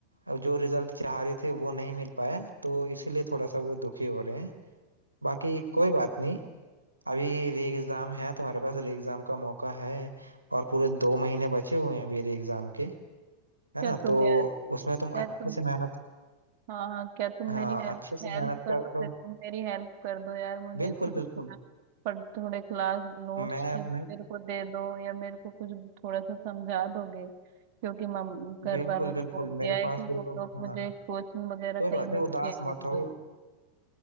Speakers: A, on the right; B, on the right.
A: अब जो रिजल्ट चाह रहे थे वो नहीं मिल पाया तो इसीलिए थोड़ा सा वो दुखी हो रहे हैं बाकी कोई बात नहीं अभी री एग्ज़ाम है तुम्हारे पास री एग्ज़ाम का मौका है और पूरे दो महीने बचे हुए हैं अभी री एग्ज़ाम के है
B: क्या
A: ना
B: तुम
A: तो
B: यार
A: उसमें
B: क्या
A: तुम अच्छे
B: तुम
A: से मेहनत
B: हाँ हाँ क्या तुम
A: हाँ
B: मेरी हेल्प
A: अच्छे से
B: हेल्प
A: मेहनत
B: करो
A: करो
B: फिर तुम मेरी हेल्प कर दो यार मुझे
A: बिल्कुल
B: कुछ अपना
A: बिल्कुल
B: पर थोड़े क्लास नोट्स
A: मैं
B: थे वो
A: मैं
B: मेरे को दे दो या मेरे को कुछ थोड़ा सा समझा दोगे क्योंकि मम घर
A: बिल्कुल
B: वालों
A: बिल्कुल
B: ने बोल दिया
A: मेरे
B: है
A: पास
B: कि
A: जो
B: वो लोग मुझे
A: हाँ
B: कोचिंग वगैरह
A: कोई
B: कहीं
A: बात
B: नहीं
A: नहीं उदास
B: भेजेंगे
A: मत हो